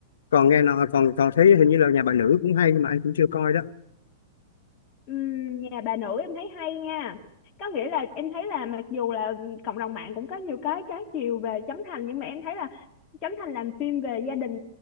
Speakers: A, on the left (about 75°); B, on the left (about 35°).
A: còn nghe nói còn còn thấy hình như là nhà bà nữ cũng hay nhưng mà anh cũng chưa coi đó
B: Ừm, nhà bà nữ em thấy hay nha có nghĩa là em thấy là mặc dù là cộng đồng mạng cũng có nhiều cái trái chiều về Trấn Thành nhưng mà em thấy là Trấn Thành làm phim về gia đình